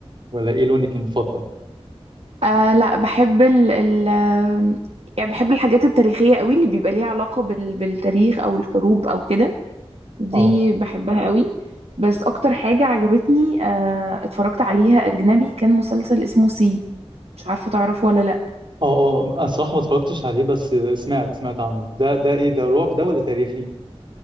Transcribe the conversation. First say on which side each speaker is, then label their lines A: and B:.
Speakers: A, on the right; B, on the right.
A: ولا ايه لونك المفضل
B: آه لا بحب ال ال آم، يعني بحب الحاجات التاريخية قوي اللي بيبقى ليها علاقة بال بالتاريخ او الحروب او كده دي
A: اه
B: بحبها قوي بس اكتر حاجة عجبتني آه اتفرجت عليها اجنبي كان مسلسل اسمه سي مش عارفة تعرفه ولا لا
A: اه اه انا صراحه ما اتفرجتش عليه بس سمعت سمعت عنه ده ده ايه ده رعب ده ولا تاريخي